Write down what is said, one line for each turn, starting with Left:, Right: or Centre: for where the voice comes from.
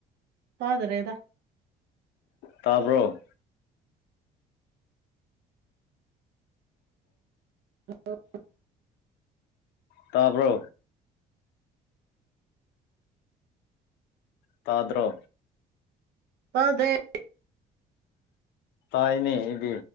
Right: ꯇꯥꯗꯔꯦꯗ
Left: ꯇꯥꯕ꯭ꯔꯣ
Right: ꯍꯜꯂꯣ
Left: ꯇꯥꯕ꯭ꯔꯣ ꯇꯥꯗ꯭ꯔꯣ
Right: ꯇꯥꯗꯦ
Left: ꯇꯥꯏꯅꯦ ꯑꯩꯗꯤ